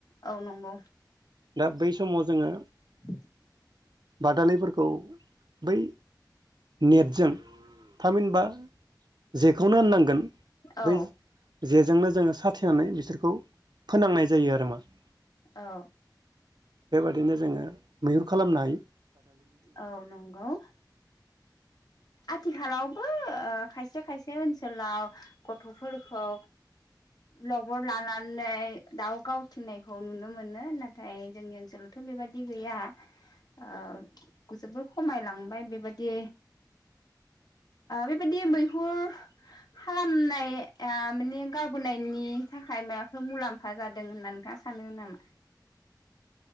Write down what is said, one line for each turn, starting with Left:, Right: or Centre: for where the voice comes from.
Left: औ नंगौ।
Right: दा बै समाव जोङो।
Left: । <inaudible>
Right: बादालिफोरखौ बै नेटजों थामहिनबा जेखौनो होननांगोन।
Left: औ।
Right: बै जेजोंनो जोङो साथेनानै बिसोरखौ फोनांनाय जायो आरो माने
Left: औ।
Right: बेबादिनो जोङो मैहुर खालामनोहायो।
Left: औ नंगौ <unintelligible> आथिखालावबो खायसे खायसे ओनसोलाव गथ'फोरखौ लबर लानानै दाउ गावथिंनायखौ नुनो मोनो नाथाय जोंनि ओनसोलावथ' बेबादि गैया ओ।। जोबोर खमायलांबाय बेबायदि बेबायदि मैहुर खालामनाय माने गारबोनायनि थाखाय माबाफोर मुलाम्फा जादों होनना नोंथाङा सानो नामा।